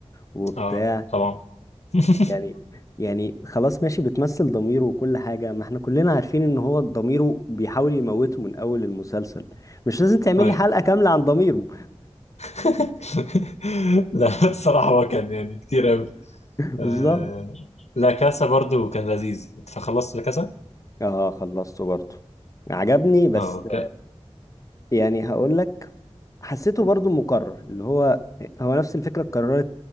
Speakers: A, on the left; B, on the left.
A: وبتاع
B: اه طبعا <laughs>
A: يعني يعني خلاص ماشي بتمثل ضميره وكل حاجة ما احنا كلنا عارفين إن هو ضميره بيحاول يموته من أول المسلسل مش لازم تعمل
B: ايوه
A: لي حلقة كاملة عن ضميره
B: <laughs> لا الصراحه هو كان يعني كتير قوي
A: <laughs>
B: آه.
A: بالظبط
B: لا كاسا برضو كان لذيذ فخلصت لا كاسا
A: اه خلصته برضو عجبني بس
B: اه اوكي
A: يعني هقول لك حسيته برضو مكرر اللي هو هو نفس الفكرة اتكررت